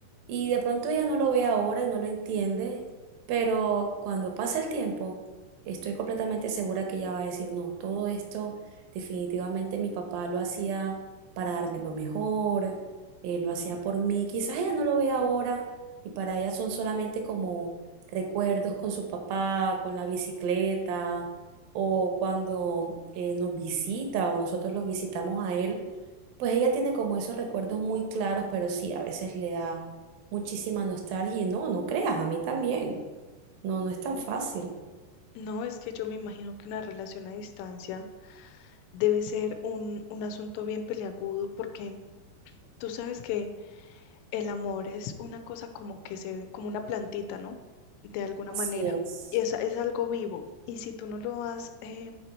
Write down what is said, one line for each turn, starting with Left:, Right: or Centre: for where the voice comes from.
Right: y de pronto ella no lo ve ahora y no lo entiende, pero cuando pasa el tiempo, estoy completamente segura que ella va a decir, no, todo esto definitivamente mi papá lo hacía para darme lo mejor, eh, lo hacía por mí, quizás ella no lo ve ahora y para ella son solamente como recuerdos con su papá, con la bicicleta, o cuando eh, nos visita o nosotros lo visitamos a él, pues ella tiene como esos recuerdos muy claros, pero sí, a veces le da muchísima nostalgia y no, no creas, a mí también. No, no es tan fácil.
Left: No, es que yo me imagino que una relación a distancia debe ser un, un asunto bien peliagudo porque tú sabes que el amor es una cosa como que se como una plantita, ¿no? De alguna
Right: Así
Left: manera.
Right: es,
Left: Y es, es algo vivo. Y si tú no lo vas eh,